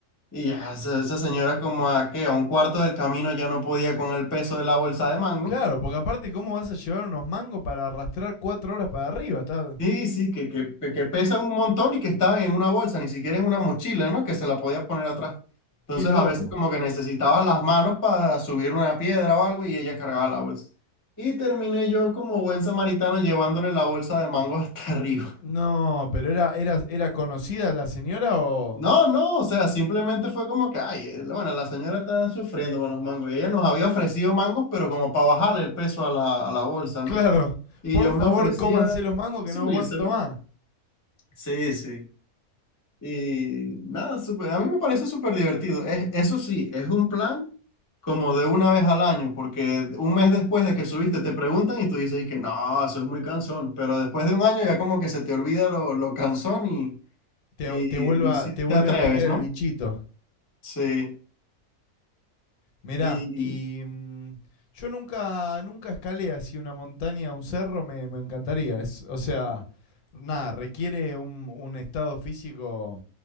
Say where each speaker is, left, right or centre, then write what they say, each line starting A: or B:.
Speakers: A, on the left; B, on the left.
A: Y ya, esa, esa señora como a qué, a un cuarto del camino ya no podía con el peso de la bolsa de mango
B: Claro, porque aparte, ¿cómo vas a llevar unos mangos para arrastrar cuatro horas para arriba? Está...
A: Sí, sí, que, que, que pesan un montón y que estaban en una bolsa, ni siquiera en una mochila, ¿no? Que se la podía poner atrás. Entonces
B: Qué loco.
A: a veces como que necesitabas las manos para subir una piedra o algo y ella cargaba la bolsa. Y terminé yo como buen samaritano llevándole la bolsa de mango <laughs> hasta arriba.
B: No, pero era, era, era conocida la señora o.
A: No, no, o sea, simplemente fue como que, ay, eh, bueno, la señora está sufriendo con los mangos y ella nos había ofrecido mangos, pero como para bajarle el peso a la, a la bolsa, ¿no?
B: Claro,
A: Y
B: por
A: yo
B: favor
A: me ofrecía
B: cómanse los mangos
A: subírselo.
B: que no aguanto más.
A: Sí, sí. Y nada, súper- a mí me parece súper divertido. Es, eso sí, es un plan como de una vez al año, porque un mes después de que subiste te preguntan y tú dices y que no, eso es muy cansón, pero después de un año ya como que se te olvida lo, lo cansón y,
B: Te,
A: y,
B: te, vuelve,
A: y
B: a,
A: sí
B: te vuelve
A: te atreves,
B: a picar el
A: ¿no?
B: bichito.
A: Sí,
B: Mirá,
A: y
B: y mm, yo nunca, nunca escalé así una montaña, un cerro, me, me encantaría. Es, o sea, nada, requiere un, un estado físico